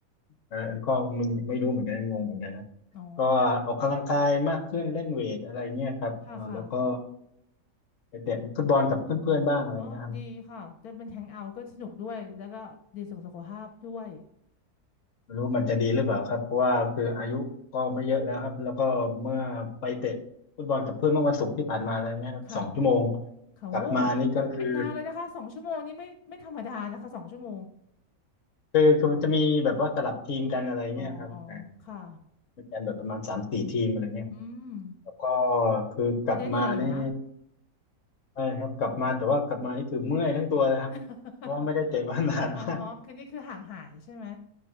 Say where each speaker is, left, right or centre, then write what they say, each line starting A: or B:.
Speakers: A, on the left; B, on the left.
A: เออก็ไม่ไม่รู้เหมือนกันงงเหมือนกันนะ
B: อ๋อ
A: ก็ออกกำลังกายมากขึ้นเล่นเวทอะไรเงี้ยครับเออแล้วก็
B: ค่ะค่ะ
A: ไปเตะฟุตบอลกับเพื่อนๆบ้างอะไรเงี้ยครับ
B: อ๋อ ดีค่ะจะเป็นแทงเอาท์ก็สนุกด้วย แล้วก็ดีสุขสุขภาพด้วย
A: ไม่รู้มันจะดีหรือเปล่าครับเพราะว่าคืออายุก็ไม่เยอะแล้วครับแล้วก็เมื่อไปเตะฟุตบอลกับเพื่อนเมื่อวันศุกร์ที่ผ่านมาอะไรเงี้ยครับสองชั่วโมง
B: ค่ะเขาโอ้
A: กลับมานี่ก็คือ
B: ไปนานเลยนะคะสองชั่วโมงนี้ไม่ไม่ธรรมดานะคะสองชั่วโมง
A: <laughs> คือคือจะมีแบบว่าสลับทีมกันอะไรเงี้ยครับอ่า
B: อ๋ออ๋อค่ะ
A: มีกันแบบประมาณสามสี่ทีมอะไรเงี้ยครับ
B: อืม
A: แล้วก็คือกลับมานี่
B: ก็ได้เหนื่อยอยู่นะ
A: ใช่ครับกลับมาแต่ว่ากลับมานี่คือเมื่อยทั้งตัวเลยครับเพราะว่าไม่ได้เตะมานานมาก
B: <laughs> อ๋อ คือนี่คือห่างหายใช่ไหม